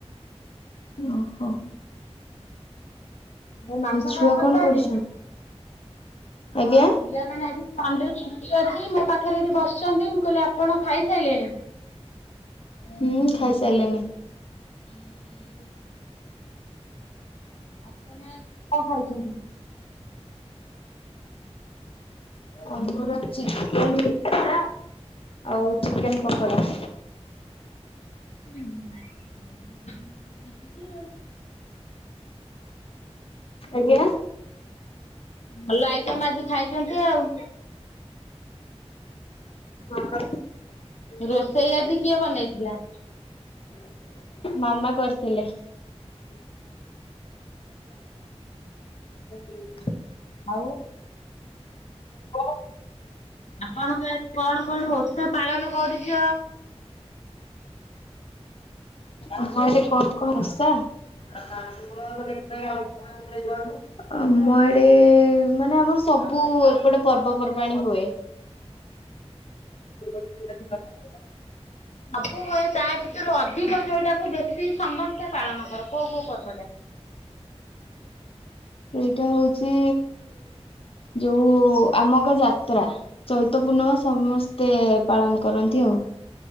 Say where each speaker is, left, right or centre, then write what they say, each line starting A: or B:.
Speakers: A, on the left; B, on the left.
A: ଓହୋ।
B: ଆଉ ମାଛ
A: ଛୁଆ
B: ଖାଇବାକୁ
A: କଣ
B: ଭଲ ପାଆନ୍ତି
A: କରୁଛନ୍ତି?
B: ଅଁ
A: ଆଜ୍ଞା।
B: ପିଲା ମାନେ ଆଜି ସଣ୍ଡେରେ ଛୁଟି ଅଛି ମୋ ପାଖେରେ ଏଇଠି ବସିଛନ୍ତି ମୁଁ କହିଲି ଆପଣ ଖାଇସାଇଲେଣି।
A: ହୁଁ ଖାଇସାଇଲେଣି।
B: ହ ଆପଣ ଆଜି କଣ ଖାଇଛନ୍ତି?
A: ଆମର ଚିକେନ ହେଇଥିଲା ଆଉ ଚିକେନ ପକୋଡା।
B: ହୁଁ।
A: ଆଜ୍ଞା
B: ଭଲ ଆଇଟମ୍ ଆଜି ଖାଇଛନ୍ତି ଆଉ।
A: ହଁ।
B: ରୋଷେଇ ଆଜି କିଏ ବନେଇଥିଲା?
A: ମାମା କରିଥିଲେ। <unintelligible>
B: ଆଉ
A: କ
B: ଆପଣଙ୍କ ଆଡେ କଣ କଣ ଓଷା ପାଳନ କରୁଛ?
A: ଆମ ଆଡେ କଣ କଣ ଓଷା? ଆ କେ ଯକୁ ଆମ ଆଡେ ମାନେ ଆମର ସବୁ ଏପଟେ ପର୍ବପର୍ବାଣୀ ହୁଏ। ଗ
B: ସବୁ ହୁଏ ତା ଭିତରୁ ଅଧିକ ଯୋଉଟାକୁ ବେଶୀ ସମସ୍ତେ ପାଳନ କର, କୋଉ କୋଉ ପର୍ବଟା?
A: ସେଇଟା ହଉଛି ଯୋଉ ଆମ ଗାଁ ଯାତ୍ରା। ଚୈତ ପୂର୍ଣ୍ଣିମା ସମସ୍ତେ ପାଳନ କରନ୍ତି ଆଉ।